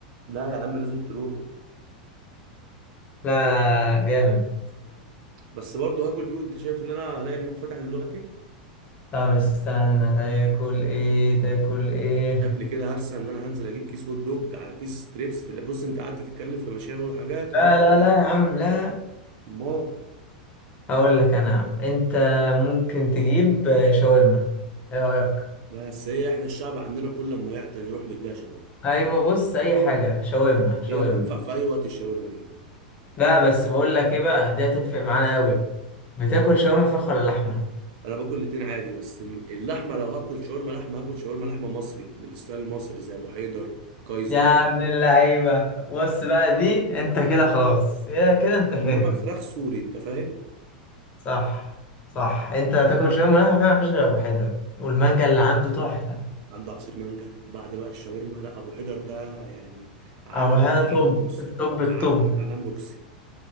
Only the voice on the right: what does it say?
لا يا عم لازم تروحوا
بس برضه هاكل بيهو انت شايف ان انا هلاقي بيهو فاتح دلوقتي
شكلي كده هرسى ان انا هنزل اجيب كيس هوت دوج على كيس تريبس في اللي- بص انت قعدت تتكلم في مشاوي وحاجات
وهاكل
ما
بس هي احنا الشعب عندنا كل لما يعطل يروح مديها شاورما
هي بتنفع في اي وقت الشاورما دي
انا باكل الاتنين عادي بس م- اللحمه لو هاكل شاورما لحمه هاكل شاورما لحمه مصري بالستايل المصري زي ابو حيدر كايزو
فاهم
انما فراخ سوري انت فاهم
عند عصير مانجا بعد بقى الشاورما لا ابو حيدر ده يعني علم
من
اعلام مصر
علم من اعلام روكسي